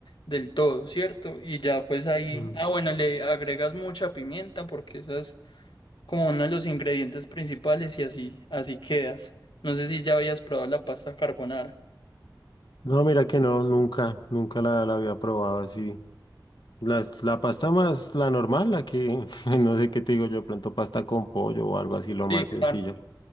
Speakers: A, on the left; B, on the left.
A: del todo, ¿cierto? Y ya pues ahí,
B: Mm.
A: ah bueno, le agregas mucha pimienta porque esa es como uno de los ingredientes principales y así, así quedas. No sé si ya habías probado la pasta carbonara.
B: No, mira que no, nunca, nunca la, la había probado así. las la pasta más, la normal, la que, <laughs> no sé qué te digo yo, de pronto pasta con pollo o algo así, lo
A: Sí,
B: más sencillo.
A: claro.